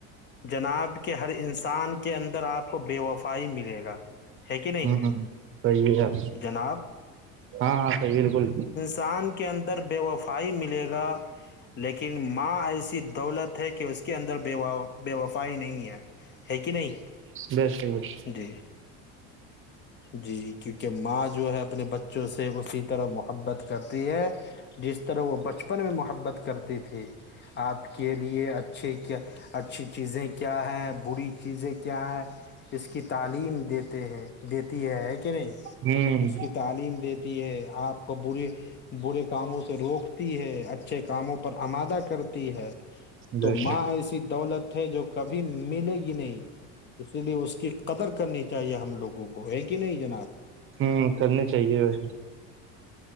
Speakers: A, on the left; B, on the right.
A: جناب کے ہر انسان کے اندر آپ کو بے وفائی ملے گا ہے کہ نہیں
B: ہوں سیح ہے آپ
A: جناب
B: ہاں ہاں صحیح بالکل
A: انسان کے اندر بے وفائی ملے گا ن ماں ایسی دولت ہے کہ اس کی کے اندر ب بے وفائی نہیں ہے ہے کہ نہیں
B: بس ج <unintelligible>
A: جی جی کیونکہ ماں جو ہے اپنے بچوں سے اسی طرح محبت کرتی ہے جس طرح وہ بچپن میں محبت کرتے تھے آپ کے لیے اچھی کیا اچھی چیزیں کیا ہیں بری چیزیں کیا ہیں اس کی تعلیم دیتے ہیں دیتی ہے کہ نہیں
B: ہ
A: اس کی تعلیم دیتی ہے آپ کو بے برے کاموں سے روکتی ہے اچ اچھے کاموں پر آمادہ کرتی ہے تو
B: بیسٹ
A: ماں ایسی دولت ہے جو کبھی ملے گی نہیں اسی لیے اس کی قدر کرنی چاہیے ہم لوگوں کو ہے کہ نہیں جناب
B: ہوں کرنے چاہیے ویسے